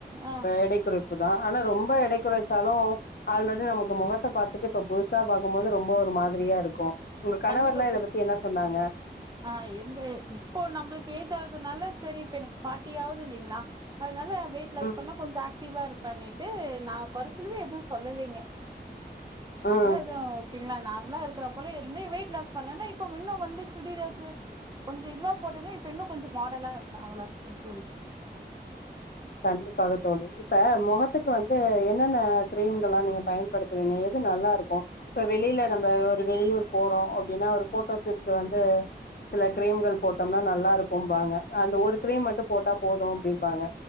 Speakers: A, on the right; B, on the left.
A: ஆ
B: எடை குறை புதான் ஆனா ரொம்ப எடை குறைச்சாலும் அதுலோட நமக்கு முகத்தை பாத்துட்டு இப்ப புதுசா பாக்கும் போது ரொம்ப ஒரு மாதிரியா இருக்கும் உங்க கணவர்லாம்
A: கண்டிப்பா பெண்
B: இத பத்தி என்ன சொன்னாங்க
A: ஆ எந்த இப்போ நம்மளுக்கு ஏஜ் ஆகுதுனால சரி இப்ப எனக்கு ஃபாட்டி ஆகுது இல்லைங்களா அதனால வெயிட் லாஸ்
B: ம்
A: பண்ணா கொஞ்சம் ஆக்டிவா இருப்பான்னுட்டு நான் கொறைச்சதுல எதும் சொல்லலீங்க நார்மலா
B: ம்
A: எதுவும் ஓகேங்களா நார்மலா இருக்கு குல இருந்து வெயிட் லாஸ் பண்ணன்னா இப்ப இன்னும் வந்து சுடிதார்சு கொஞ்சம் இதுவா போட்டிருந்தான் இப்ப இன்னும் கொஞ்சம் மாடலா இருக்கன் அவ்ளோ தான் தோழி
B: கண்டிப்பாக தோழி இப்ப முகத்துக்கு வந் து என்னென்ன கிரீம்கல்லாம் நீங்க பயன்படுத்துவீங்க எது நல்லா இருக்கும் இப்ப வெளில நம்ம ஒரு வெளியூர் போறோம் அப்டின்னா ஒரு போட்டோ ஷூட்டுக்கு வந்து சில கிரீம்கள்
A: ம்
B: போட்டோம்னா நல்லா இருக்கும்பாங்க அந்த ஒரு கிரீம் மட்டும் போட்டா போதும் அப்டிம்பாங்க